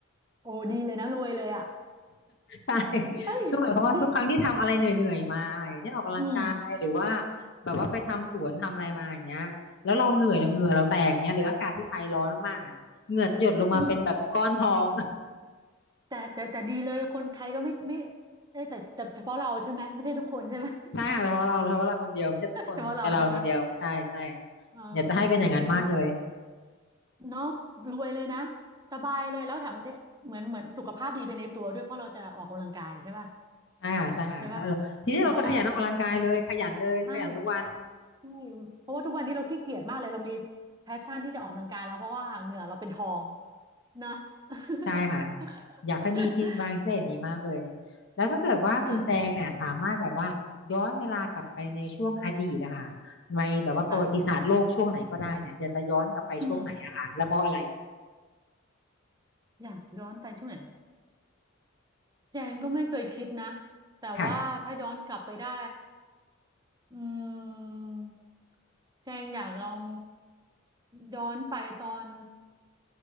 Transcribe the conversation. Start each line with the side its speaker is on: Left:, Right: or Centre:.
Right: โอ้ดีเลยนะรวยเลยอ่ะ
Left: ใช่ <laughs>
Right: <laughs> เฮ้ย
Left: คือหมายความว่าทุกครั้งที่ทำอะไรเหนื่อยๆมาอย่างเช่นออกกำลังกายหรือว่า
Right: ดีอืม
Left: แบบว่าไปทำสวนทำอะไรมาอย่างเงี้ยแล้วเราเหนื่อยแล้วเหงื่อเราแตกเงี้ยหรืออากาศที่ไทยร้อนมากๆอะเหงื่อจะหยดลงมาเป็นแบบก้อนทอง
Right: เอออืมแต่แต่แต่ดีเลยคนไทยก็ไม่ไม่เอ้ยแต่แต่เฉพาะเราใช่ไหมไม่ใช่ทุกคนใช่ไหม
Left: <laughs> ใช่ค่ะเฉพาะเราเฉพาะเราคนเดียวไม่ใช่ทุกคนแต่เราคนเดียวใช่ใช่
Right: <laughs> เฉพาะเราใช่ไหมเออ
Left: อยากจะให้เป็นอย่างนั้นมากเลย
Right: แต่จริงๆเนาะรวยเลยนะสบายเลยแล้วทำได้เหมือนเหมือนสุขภาพดีไปในตัวด้วยเพราะเราจะออกกำลังกายใช่ป่ะ
Left: <laughs> ใช่ค่ะใช่ค่ะแล้วทีนี้เราจะขยันออกกำลังกายเลยขยันเลยขยันทุกวัน
Right: ใช่ป่ะอืมเพราะว่าใช่ ใช่เพราะว่าทุกวันนี้เราขี้เกียจมากเลย เรามีแพชชั่นที่จะออกกำลังกายแล้วเพราะว่าเหงื่อเราเป็นทองนะ
Left: ใช่ค่ะ
Right: <laughs>
Left: อยากให้มีพิวังพิเศษนี้มากเลยแล้วถ้าเกิดว่าคุณแจงเนี่ยสามารถแบบว่าย้อนเวลากลับไปในช่วงอดีตนะคะ
Right: ใช่ไหมอืม
Left: ในแบบว่าประวัติศาสตร์โลกช่วงไหนก็ได้เนี่ยอยากจะย้อนกลับไปช่วงไหนอะคะแล้วเพราะอะไร
Right: ค่ะอืมอยากย้อนไปช่วงไหนแจงก็ไม่เคยคิดนะแต่ว่าถ้าย้อนกลับไปได้
Left: ค่ะ
Right: อืมแจงอยากลองย้อนไปตอน